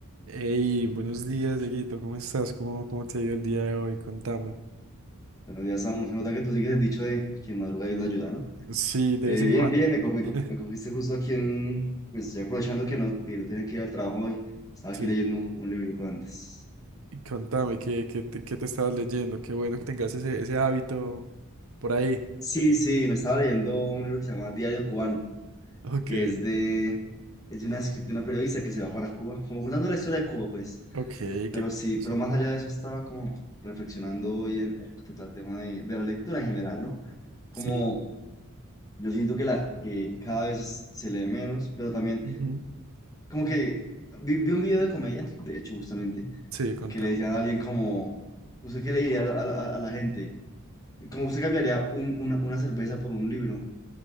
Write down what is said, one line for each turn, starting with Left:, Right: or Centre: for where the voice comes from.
Right: Hey, buenos días, Dieguito, ¿cómo estás? ¿Cómo, cómo te ha ido el día de hoy? Contame.
Left: Bueno, ya estamos, se nota que tú sigues el dicho de aquí en madruga y la ayuda, ¿no?
Right: Sí, de
Left: Eh,
Right: vez en
Left: bien,
Right: cuando.
Left: bien, me, co- me,
Right: <laughs>
Left: co- me cogiste justo aquí en, pues ya aprovechando que no, que no tenía que ir al trabajo hoy, estaba
Right: Sí,
Left: aquí leyendo un librito antes.
Right: y contame, ¿qué, qué te, qué te estabas leyendo? Qué bueno que tengas ese, ese hábito por ahí.
Left: Sí, sí, me estaba leyendo un libro que se llama Diario Cubano,
Right: Ok.
Left: que es de, es de una, escri- de una periodista que se va para Cuba, como contando la historia de Cuba, pues.
Right: Ok,
Left: Pero
Right: qué,
Left: sí,
Right: qué chimbo.
Left: pero más allá de eso estaba como reflexionando hoy en, respecto al tema de, de la lectura en general, ¿no? Como
Right: Sí.
Left: yo siento que, la, que cada vez se lee menos, pero también
Right: Ujú.
Left: como que vi, vi un video de comedia, de hecho, justamente,
Right: Sí, contame.
Left: que le decían a alguien como, ¿usted qué le diría a, la, a la- a la gente? Como usted cambiaría un- una, una cerveza por un libro.